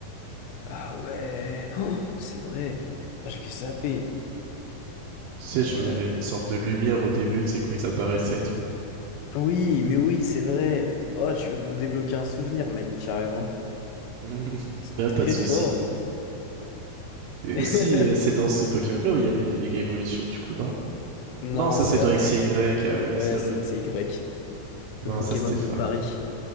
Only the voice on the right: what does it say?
Tu sais, genre,
il y avait une sorte de lumière au début, tu sais, quand ils apparaissaient et tout.
<laughs>
Bah
pas de
souci. Et
aussi, euh, c'est dans ce Pokémon-là où il y avait les méga évolutions, du coup, non?
Non, ça
c'est dans
X Y ah oui,
c'est vrai.
Non,
ça c'était
fort.